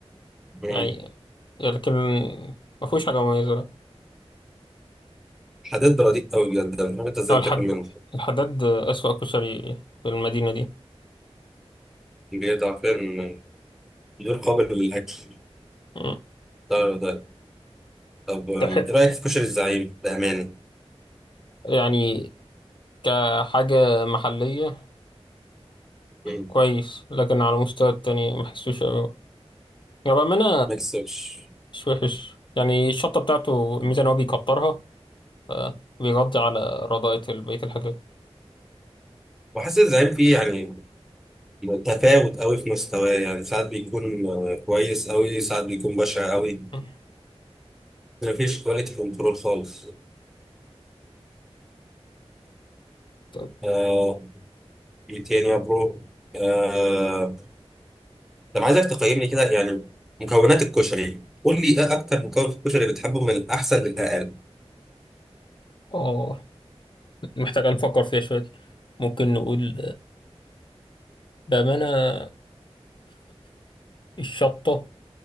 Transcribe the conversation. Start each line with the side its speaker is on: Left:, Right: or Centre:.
Centre: مم.
Left: يعني لكن ما فيهوش حاجة مميزة لا
Centre: حداد رديء قوي بجد انا مش عارف انت ازاي
Left: هو الحد
Centre: بتاكل منه
Left: الحداد أسوأ كشري في المدينة دي
Centre: بجد عارفين غير قابل للاكل
Left: مم.
Centre: ده ده طب أم،
Left: تحق
Centre: ايه رايك في كشري الزعيم بامانه
Left: يعني كحاجة محلية
Centre: مم.
Left: كويس لكن على مستوى التاني ما حسوش أوي يعني بأمانة
Centre: ما يكسبش
Left: مش وحش يعني الشطة بتاعته الميزة إن هو بيكترها فبيغطي على رضاية بقية الحاجات
Centre: وحاسس الزعيم فيه يعني تفاوت قوي في مستواه يعني ساعات بيكون آه، كويس قوي ساعات بيكون بشع قوي
Left: مم.
Centre: مفيش كواليتي كنترول خالص
Left: طب،
Centre: آه ايه تاني يا برو آه، طب عايزك تقيمني كده يعني مكونات الكشري قول لي ايه اكتر مكون في الكشري بتحبه من الاحسن للاقل
Left: اه محتاجة نفكر فيها شوية دي ممكن نقول بأمانة <coughs> الشطة